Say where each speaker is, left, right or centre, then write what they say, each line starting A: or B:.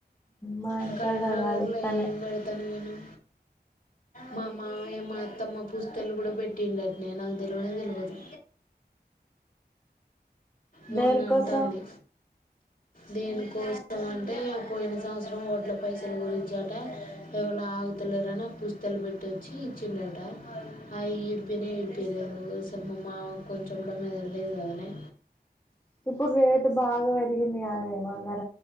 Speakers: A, on the left; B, on the left.
A: మా ఇంటి
B: కరీంనగర్ల
A: దగ్గర కాదు ఇక్కన్నే
B: ఏం పెడతను నిన్ను మా మావయ్య మా అత్తమ్మ పుస్తేలు గుడ పెట్టిండట్ నే నాకు తెలవనే తెలవదు. మొన్నంటాన్ది.
A: దేనికోసం
B: దేనికోసం అంటే పోయిన సంవత్సరం ఒడ్ల పైసల గురించి అటా, ఎవలో ఆగుత లేరన పుస్తేలు పెట్టోచ్చి ఇచ్చిండట, అయ్ ఇడిపీయనె ఇడిపేయలేదు స్సల్ మామక్కొంచెమ్ గుడా మెదడ్లేదు కదనే.
A: ఇప్పుడు రేటు బాగ పెరిగింది గాదే బంగార్